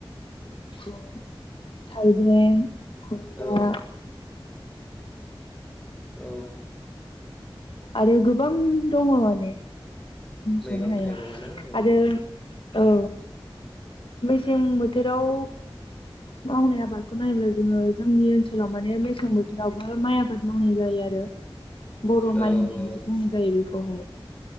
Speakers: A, on the left; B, on the left.
A: ओ थाइबें खुमब्रा
B: औ औ
A: आरो गोबां दङ ने
B: मैगं
A: जनो हाया
B: थाइगंआ ना औ
A: आरो औ मेसें बोथोराव मावनाय आबादखौ नायोब्ला जोंङो जोंनि ओनसोलाव माने मेसें बोथोरावबो माइ आबाद मावनाय जायो आरो बर' माइ
B: औ
A: होननायनि
B: औ
A: जि बुंनाय जायो बेखौहाय